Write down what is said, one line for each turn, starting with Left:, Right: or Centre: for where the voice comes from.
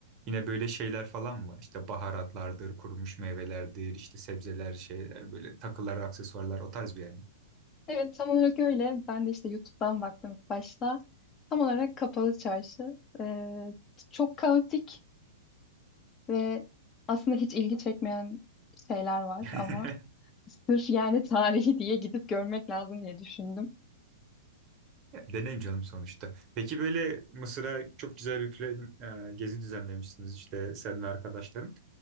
Right: Yine böyle şeyler falan mı var? İşte baharatlardır, kurumuş meyvelerdir, işte sebzeler, şeyler böyle takılar, aksesuarlar o tarz bir yer mi?
Left: Evet tam olarak öyle. Ben de işte YouTube'dan baktım ilk başta. Tam olarak kapalı çarşı. Ee, çok kaotik ve aslında hiç ilgi çekmeyen şeyler var
Right: <laughs>
Left: ama sırf yani tarihi diye gidip görmek lazım diye düşündüm.
Right: Ya, Deneyim canım sonuçta. Peki böyle Mısır'a çok güzel bir plan, e, gezi düzenlemişsiniz işte sen ve arkadaşların.